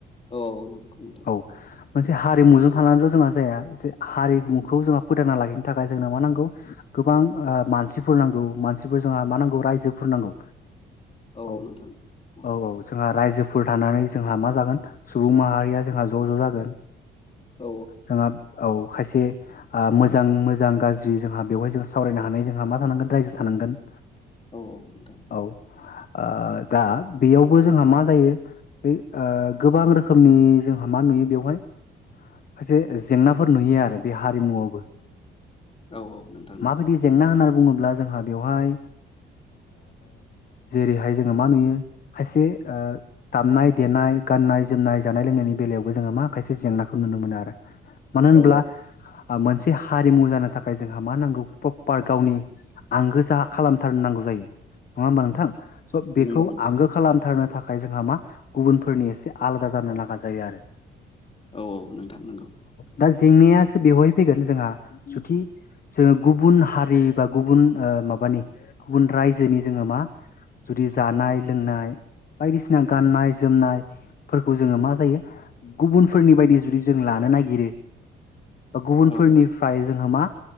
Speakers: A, on the left; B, on the left.
A: औ-औ नंगौ नोंथां
B: औ मोनसे हारिमुजों थानानैल जोंहा जाया जे हारिमुखौ जोंहा फोथांना लाखिनो थाखाय जोंनो मा नांगौ गोबां मानसिफोर नांगौ मानसिफोर जोंहा मा नांगौ रायजोफोर नांगौ
A: औ
B: औ-औ-औ
A: औ नोंथां औ
B: जोंहा रायजो फोरफोर थानानै जोंहा मा जागोन सुबुं माहारिया जोंहा ज' ज' जागोन
A: औ
B: जोङो औ खायसे मोजां मोजां गाज्रि जोंहा बेवहाय जों सावरायनो हानाय जोंहा मा थानांगोन रायजो थानांगोन ।
A: औ नोंथां
B: औ ओ दा बेयावबो जोंहा मा जायो बे गोबां रोखोमनि जोंहा मा नुयो बेवहाय खायसे जेंनाफोर नुयो आरो बे हारिमुआवबो
A: औ औ नोंथां नंगौ
B: माबायदि जेंना होननानै बुङोब्ला जोंहा बेवहाय जेरैहाय जोङो मा नुयो खायसे दामनाय देनाय गाननाय जोमनाय जानाय लोंनायनि बेलायावबो जोङो मा खायसे जेंनाखौ नुनो मोनो आरो । मानो होनब्ला
A: औ
B: मोनसे बे हारिमु जानो थाखाय जोंहा मा नांगौ प्रपार गावनि आंगो जा खालामथारनांगौ जायो । नङा होमबा नोंथां स' बेखौ
A: औ नंगौ
B: आंगो खालामथारनो थाखाय जोंहा मा गुबुनफोरनि एसे आलादा जानो नाङा जायो आरो ।
A: औ औ नों थांनोंगौ ।
B: दा जेंनायासो बेवहाय फैगोन जोंहा जुथि जोङो गुबुन हारि बा गुबुन माबानि गुबुन रायजोनि जोङो मा जुदि जानाय लोंनाय बायदिसिना गाननाय जोमनायफोरखौ जोङो मा जायो गुबुनफोरनि बायदि जुदि जों लानो नागिरो ओ गुबुनफोरनिफ्राय
A: औ
B: जों मा